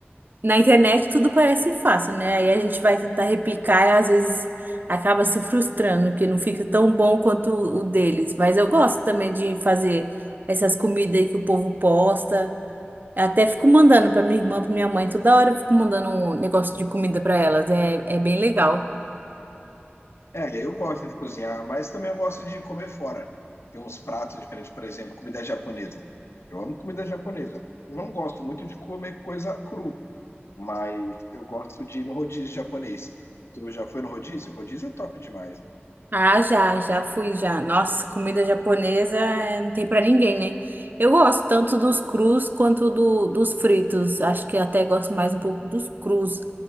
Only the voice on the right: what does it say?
na internet tudo parece fácil, né? Aí a gente vai tentar replicar e às vezes acaba se frustrando, que não fica tão bom quanto o deles. Mas eu gosto também de fazer essas comidas aí que o povo posta. Eu até fico mandando pra minha irmã, pra minha mãe, toda hora eu fico mandando um negócio de comida pra elas. É, é bem legal.
Ah, já, já fui já. Nossa, comida japonesa eh, não tem pra ninguém, né? Eu gosto tanto dos crus quanto do, dos fritos. Acho que até gosto mais um pouco dos crus.